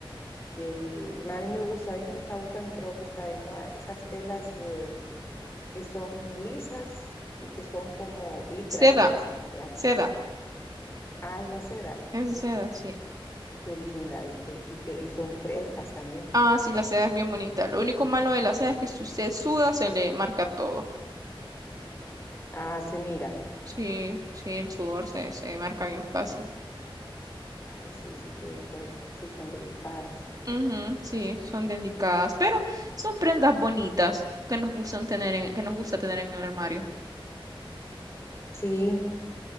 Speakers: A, on the left; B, on the right.
A: del, a mí me gusta, es que me está gustando y creo que está de moda, esas telas eh, que son lisas y que son como licras,
B: Seda,
A: que le dicen, ¿verdad?
B: seda,
A: Ah, es la seda,
B: es de seda, sí.
A: qué linda y que, y que y son frescas también.
B: Ah, sí, la seda es bien bonita. Lo único malo de la seda es que si usted suda se le marca todo.
A: Ah, se mira.
B: Sí, sí, el sudor se, se marca bien fácil.
A: Ay, sí, sí que entonces sí son delicadas.
B: Ujú, sí, son delicadas, pero son prendas bonitas que nos gustan tener en- que nos gusta tener en el armario.
A: Sí,